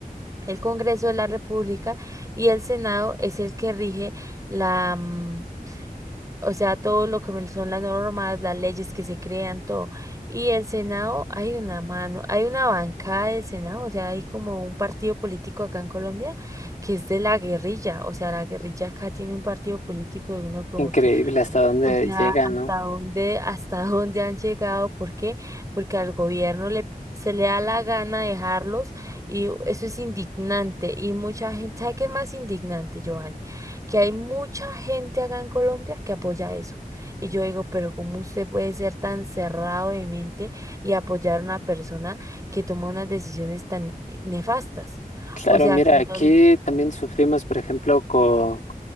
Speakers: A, on the right; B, on the left.
A: el Congreso de la República y el Senado es el que rige la, mm, o sea, todo lo que son las normas, las leyes que se crean, todo. Y el Senado, hay una mano, hay una bancada del Senado, o sea, hay como un partido político acá en Colombia que es de la guerrilla, o sea, la guerrilla acá tiene un partido político de uno como
B: Increíble
A: que
B: hasta dónde
A: o sea,
B: llega,
A: ¿hasta
B: ¿no?
A: dónde, hasta <laughs> dónde han llegado? ¿Por qué? Porque al gobierno le, se le da la gana dejarlos y eso es indignante. Y mucha gente, ¿sabe qué es más indignante, Giovanni? Que hay mucha gente acá en Colombia que apoya eso. Y yo digo, pero ¿cómo usted puede ser tan cerrado de mente y apoyar a una persona que toma unas decisiones tan nefastas?
B: Claro,
A: O sea,
B: mira,
A: que
B: aquí
A: no
B: también sufrimos, por ejemplo, con